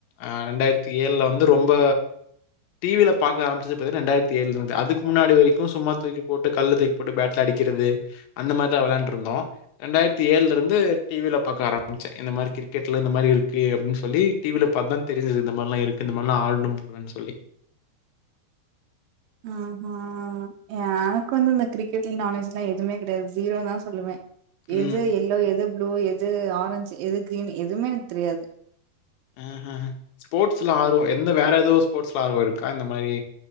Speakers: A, on the left; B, on the right.
A: ஆ ரெண்டாயிரத்தி ஏழுல வந்து ரொம்ப டீவில பாக்க ஆரம்பிச்சது பாத்தின ரெண்டாயிரத்து ஏழுல இருந்து அதுக்கு முன்னாடி வரைக்கு சும்மா தூக்கி போட்டு கள்ள தூக்கி போட்டு பேட் அடிக்கற றுது அந்த மார் நல்லா வெளையாண்டு இருந்தோ இரண்டாயிரத்தி ஏழுல இருந்து டிவில பார்க்க ஆரம்பிச்சே இந்த மாரி கிரிக்கெட்ல இந்த மாரி இருக்கு எப்டின்னு சொல்லி டிவில பாத்துதா தெரிஞ்சது இந்த மார்லாருக்கு இந்த மார்லா ஆடனம்னு போலனு சொல்லி <inaudible>
B: ஆஹா எனக்கு வந்து இந்த கிரிக்கெட்ல நாலேஜ்லா எதுமே கிடையாது ஜீரோ தா சொல்லுவே
A: ம்.
B: எது எல்லோ எது ப்ளூ எது ஆரஞ் எது கிரீன் எதுமே எனக்கு தெரியாது
A: அஹ ஹ ஸ்போர்ட்ஸ்ல ஆர்வோ எந்த வேற எதுவு ஸ்போர்ட்ஸ்ல ஆர்வம் இருக்கா இந்த மாரி